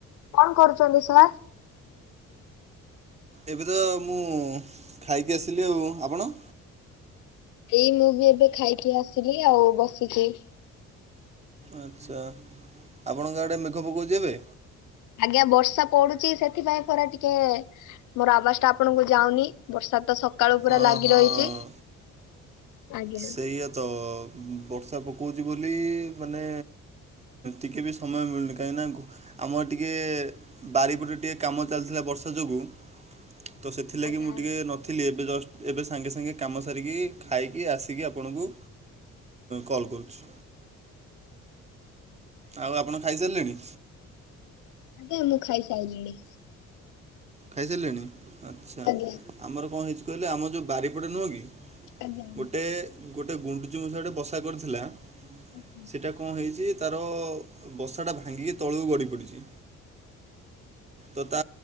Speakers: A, on the left (about 80°); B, on the right (about 20°).
A: କଣ କରୁଛନ୍ତି ସାର୍?
B: ଏବେ ତ ମୁଁ ଖାଇକି ଆସିଲି ଆଉ। ଆପଣ?
A: ଏଇ ମୁଁ ବି ଏବେ ଖାଇକି ଆସିଲି ଆଉ ବସିଛିି।
B: ଆଚ୍ଛା ଆପଣଙ୍କ ଆଡେ ମେଘ ପକଉଛି ଏବେ?
A: ଆଜ୍ଞା ବର୍ଷା ପଡୁଚି ସେଥିପାଇଁ ପରା ଟିକେ ମୋର ଆବାଜ ଟା ଆପଣଙ୍କୁ ଯାଉନି ବର୍ଷା ତ ସକାଳୁ ପୁରା
B: ହଁ
A: ଲାଗି
B: ହଁ
A: ରହିଛି। ଆଜ୍ଞା।
B: ସେଇଆ ତ ବର୍ଷା ପକାଉଛି ବୋଲି ମାନେ ଟିକେ ବି ସମୟ ମିଳୁନି କାହିଁକିନା ଆମର ଟିକେ ବାରିପଟେ ଟିକେ କାମ ଚାଲିଥିଲା ବର୍ଷା ଯୋଗୁଁ। ତ ସେଥିଲାଗି
A: ଆଜ୍ଞା
B: ମୁଁ
A: ଆଜ୍ଞା
B: ଟିକେ ନଥିଲି ଏବେ ଜଷ୍ଟ ଏବେ ସାଙ୍ଗେ ସାଙ୍ଗେ କାମ ସାରିକି ଖାଇ କି ଆସିକି ଆପଣଙ୍କୁ କଲ୍ କରୁଛି। ଆଉ ଆପଣ ଖାଇସାରିଲେଣି?
A: ଆଜ୍ଞା ମୁଁ ଖାଇ ସାରିଲିଣି।
B: ଖାଇସାରିଲେଣି ଆଚ୍ଛା,
A: ଆଜ୍ଞା
B: ଆମର କଣ ହେଇଛି କହିଲେ ଆମ ଯୋଉ ବାରିପଟେ ନୁହଁ କି
A: ଆଜ୍ଞା।
B: ଗୋଟେ ଗୋଟେ ଗୁଣ୍ଡଚି ମୂଷା ଟେ ବସା କରିଥିଲା
A: ଆଜ୍ଞା।
B: ସେଟା କଣ ହେଇଛି ତାର ବସା ଟା ଭାଙ୍ଗିକି ତଳକୁ ଗଡ଼ି ପଡିଛି। ତ ତା